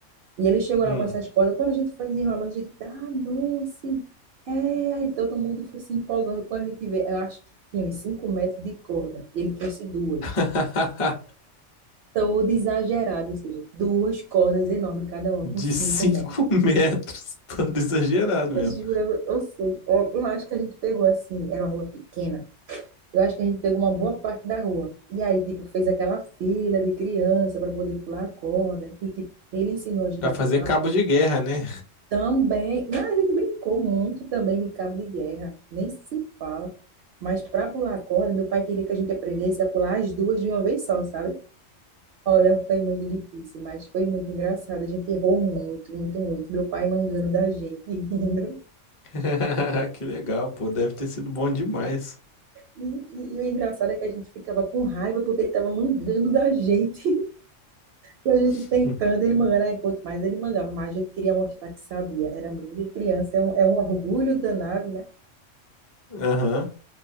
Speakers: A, on the right; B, on the left.
A: E ele chegou
B: Hum.
A: lá com essas cordas, quando a gente foi desenrolando, a gente, ah, doce! É, aí todo mundo foi se empolgando quando a gente vê. Eu acho que tinha uns 5 metros de corda, e ele trouxe duas.
B: <laughs>
A: Todo exagerado, ou seja, duas cordas enormes, cada uma
B: De
A: com 5
B: 5
A: metros.
B: metros, todo exagerado
A: Eu
B: mesmo.
A: jurava, ou seja, eu eu acho que a gente pegou assim, era uma rua pequena, Eu acho que a gente pegou uma boa parte da rua. E aí, tipo, fez aquela fila de criança para poder pular a corda. E, tipo, ele ensinou a gente
B: Pra
A: a
B: fazer
A: pular.
B: cabo de guerra, né?
A: Também, mas a gente brincou muito também de cabo de guerra. Nem se fala. Mas para pular a corda, meu pai queria que a gente aprendesse a pular as duas de uma vez só, sabe? Olha, foi muito difícil, mas foi muito engraçado. A gente errou muito, muito, muito. Meu pai mangando da gente, <laughs> rindo.
B: <laughs> Que legal, pô, deve ter sido bom demais.
A: E, e, e o engraçado é que a gente ficava com raiva porque ele estava mangando da gente. E a gente
B: <laughs>
A: tentando, ele mangando, aí quanto mais ele mangava, mais a gente queria mostrar que sabia. Era muito de criança, é um, é um orgulho danado, né?
B: Aham,